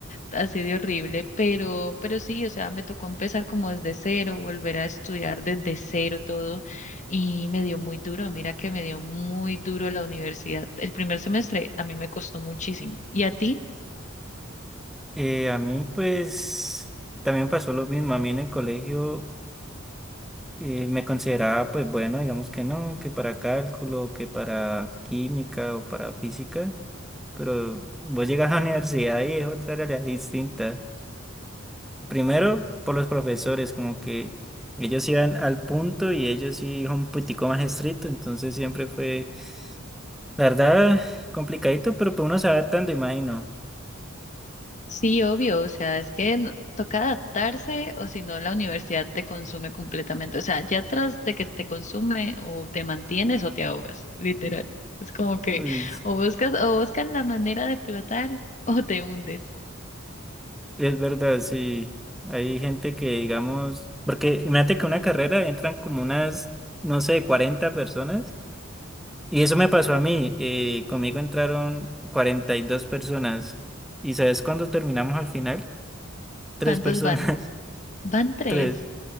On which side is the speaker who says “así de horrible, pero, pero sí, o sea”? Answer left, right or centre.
Left